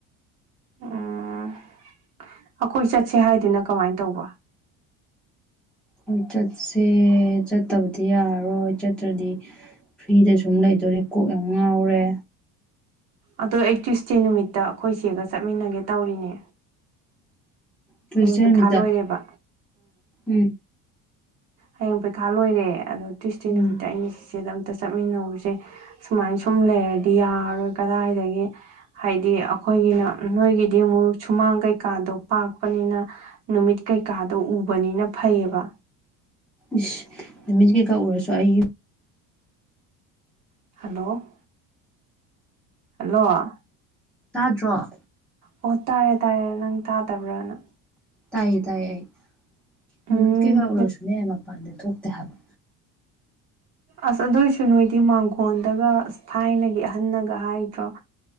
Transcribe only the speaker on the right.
ꯎꯝ ꯑꯩꯈꯣꯏ ꯆꯠꯁꯦ ꯍꯥꯏꯗꯨꯅ ꯀꯃꯥꯏ ꯇꯧꯕ
ꯑꯗꯣ ꯑꯩ ꯇ꯭ꯌꯨꯁꯗꯦ ꯅꯨꯃꯤꯠꯇ ꯑꯩꯈꯣꯏ ꯆꯦꯒ ꯆꯠꯃꯤꯟꯅꯒꯦ ꯇꯧꯔꯤꯅꯦ
ꯍꯌꯦꯡ ꯄꯩꯈꯥ
ꯂꯣꯏꯔꯦꯕ
ꯍꯌꯦꯡ ꯄꯩꯈꯥ ꯂꯣꯏꯔꯦ ꯑꯗꯣ ꯇ꯭ꯌꯨꯁꯗꯦ
ꯅꯨꯃꯤꯠꯇ ꯑꯩꯅ ꯆꯤꯆꯦ ꯑꯗꯨꯝ ꯆꯠꯃꯤꯟꯅꯧꯁꯦ ꯁꯨꯃꯥꯏ ꯁꯨꯝ ꯂꯩꯔꯗꯤ ꯌꯥꯔꯔꯣꯏ ꯀꯗꯥꯏꯗꯒꯤ ꯍꯥꯏꯗꯤ ꯑꯩꯈꯣꯏꯒꯤꯅ ꯅꯣꯏꯒꯤꯗꯤ ꯑꯃꯨꯛ ꯁꯨꯃꯥꯡ ꯀꯩꯀꯥꯗꯣ ꯄꯥꯛꯄꯅꯤꯅ ꯅꯨꯃꯤꯠ ꯀꯩꯀꯥꯗꯣ ꯎꯕꯅꯤꯅ ꯐꯩꯌꯦꯕ
ꯍꯜꯂꯣ ꯍꯜꯂꯣ
ꯑꯣ ꯇꯥꯔꯦ ꯇꯥꯔꯦ ꯅꯪ ꯇꯥꯗꯕ꯭ꯔꯥꯅ
ꯎꯝ
ꯑꯁ ꯑꯗꯨꯏꯁꯨ ꯅꯣꯏꯗꯤ ꯃꯥꯡꯒꯣꯟꯗꯒ ꯑꯁ ꯊꯥꯏꯅꯒꯤ ꯑꯍꯟꯅꯒ ꯍꯥꯏꯗ꯭ꯔꯣ